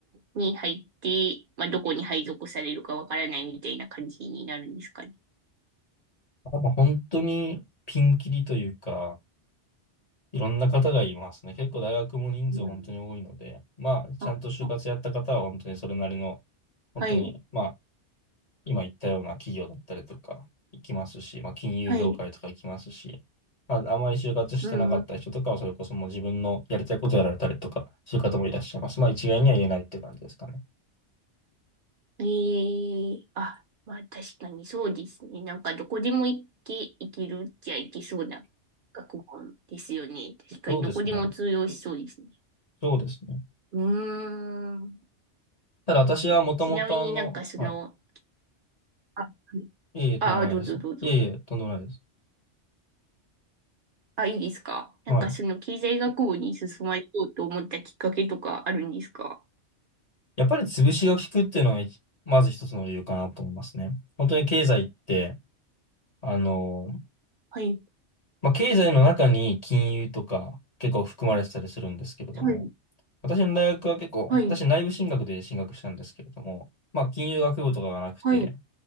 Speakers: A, on the right; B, on the left.
A: に入って、まあどこに配属されるかわからないみたいな感じになるんですかね。
B: まあもう本当にピンキリというか、いろんな方がいますね。結構大学も人数本当に多いので、
A: うん。
B: まあ、ちゃんと就活やった方は本当にそれなりの、
A: あ、あ
B: 本当に、
A: はい、
B: まあ、今言ったような企業だったりとか行きますし、まあ、金融業界とか行きますし、
A: はい。
B: まあ、あんまり就活してなかった人とかはそれこそもう自分のやりたいことやられたりとか、
A: うん。
B: そういう方もいらっしゃいます。まあ、一概には言えないっていう感じですかね。
A: ええあ、まあ確かにそうですね。なんかどこでも行け、行けるっちゃ行けそうな学問ですよね。確かにどこでも通用しそうですね。
B: そうですね。そうですね。
A: うーん。
B: ただ私はもともとあの、
A: えちなみになんかその、
B: はい。
A: あ、はい
B: いえいえ、とんでもないです。
A: あ、どうぞどうぞ。
B: いえいえ、とんでもないです。
A: あ、いいですかなんかその経済学部に進まれようと思ったきっかけとかあるんですか
B: はい。やっぱり潰しが効くっていうのが一、まず一つの理由かなと思いますね。本当に経済って、あの、
A: はい、
B: まあ、経済の中に金融とか結構含まれてたりするんですけれども、
A: はい、
B: 私の大学は結構、
A: はい、
B: 私内部進学で進学したんですけれども、まあ、金融学部とかがなくて、
A: はい、